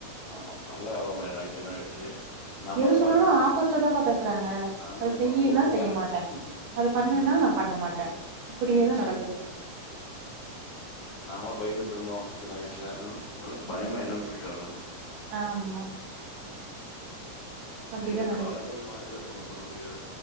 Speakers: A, on the left; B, on the right.
A: ஆமா நல்ல விவரமா ஆயிடுறாங்க சின்ன வயசுலயே நாமெல்லாம்
B: எது சொன்னாலு
A: பாருங்க
B: ஆப்போஸிட்ட தாம்ப பேசுறாங்க
A: ஆமா
B: அத
A: ஆமா
B: செய்யின்னா
A: ஒரு
B: செய்ய
A: வேலை
B: மாட்ட‌ அதத பண்ணுன்னா
A: ம்
B: நா பண்ண மாட்ட இப்பிடியேதா
A: ம்
B: நடக்கு
A: நாமளா பயந்துட்டு இருந்தோ சின்ன வயசுல பிளஸ் பயமா
B: ம்
A: என்னன்னு கேக்றானுங்க
B: ஆமா அப்டிதா
A: செரி காலங்கள் மாறுது ஒன்னு பண்ண முடியாது